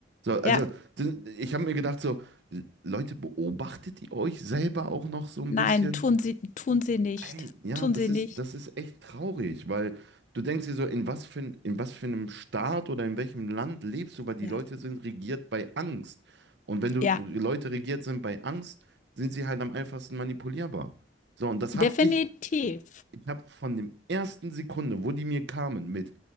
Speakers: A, on the right; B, on the left.
A: So, also
B: ja,
A: d- ich habe mir gedacht, so, L- Leute, beobachtet ihr euch selber auch noch so ein
B: nein,
A: bisschen?
B: tun Sie tun Sie nicht.
A: Ey, ja,
B: Tun
A: das
B: Sie
A: ist,
B: nicht.
A: das ist echt traurig, weil du denkst dir so, in was für, ein- in was für einem Staat oder in welchem Land lebst du, weil die
B: Ja,
A: Leute sind regiert bei Angst. Und wenn du
B: ja,
A: Leute regiert sind bei Angst, sind sie halt am einfachsten manipulierbar. So, und das
B: definitiv.
A: habe ich ich habe von dem ersten Sekunde, wo die mir kamen mit,